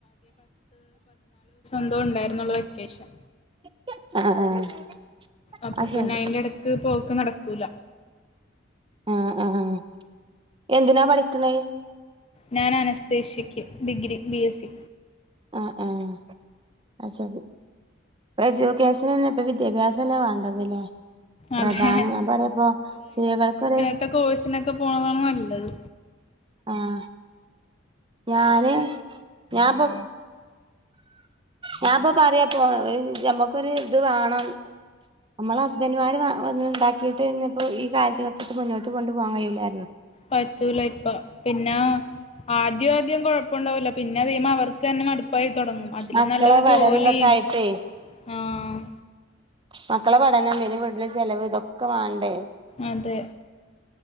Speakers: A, on the left; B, on the right.
A: ന്തോ ഉണ്ടായിരുന്നൊള്ളു വെക്കേഷൻ.
B: ആഹ്.
A: അപ്പൊ
B: അത്
A: പിന്നെ
B: ശരി
A: അയിന്റെടക്ക് പോക്ക് നടക്കൂല.
B: ആഹ് ആഹ് എന്തിനാ പഠിക്കുന്നേ?
A: ഞാനനസ്തേഷ്യയ്ക്ക് ഡിഗ്രി ബി എസ് സി.
B: ആഹ് ആഹ് അത് സരി. എഡ്യൂക്കേഷനെന്നെ ഇപ്പൊ വിദ്യാഭ്യാസെന്നെ വേണ്ടത് ലേ. പ്രധാന
A: അതെ
B: ഞാൻ പറ്യാപ്പോ സ്ത്രീകൾക്കൊര്
A: ത്തെ കോഴ്സിനൊക്കെ പോണ താണ് നല്ലത്.
B: ആഹ് ഞാന് ഞാപ്പൊ ഞാപ്പൊ പറ്യാ പോ അത് ഞമ്മക്കൊര് ഇത് വാണം. അമ്മളെ ഹസ്ബൻഡ്മാര് മാ ഒന്ന്ണ്ടാക്കിട്ട് ഇന്ന്പ്പോ ഈ കാലത്ത്ഘട്ടത്ത് മുന്നോട്ട് കൊണ്ടു പോവാൻ കയ്യൂലാറ്യേ.
A: പറ്റൂല ഇപ്പ പിന്നാ ആദ്യാദ്യം കൊഴപ്പണ്ടാവൂല്ല പിന്നെ കയ്യുമ്മ വർക്കെന്നെ മട് പ്പായി തൊടങ്ങും അതില്
B: മക്കളെ
A: നല്ലത്
B: പഠനം
A: ജോലിം
B: ഇതൊക്കെ ആയിട്ടേ
A: ആഹ്.
B: മക്കളെ പഠനം പിന്നെ വീട്ട്ല് ചെലവ് ഇതൊക്കെ വാണ്ടേ.
A: അതെ.